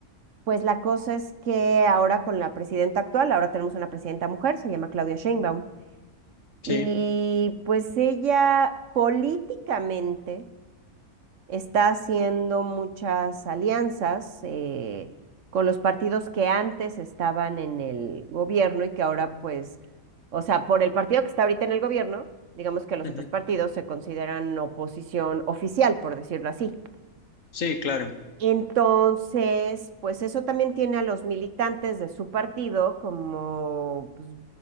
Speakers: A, on the right; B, on the left.
A: pues la cosa es que ahora con la presidenta actual, ahora tenemos una presidenta mujer, se llama Claudia Sheinbaum,
B: sí,
A: y pues ella políticamente está haciendo muchas alianzas eh, con los partidos que antes estaban en el gobierno y que ahora pues, o sea, por el partido que está ahorita en el gobierno, digamos que los
B: ujú.
A: otros partidos se consideran oposición oficial, por decirlo así.
B: Sí, claro,
A: Entonces, pues eso también tiene a los militantes de su partido como, pues,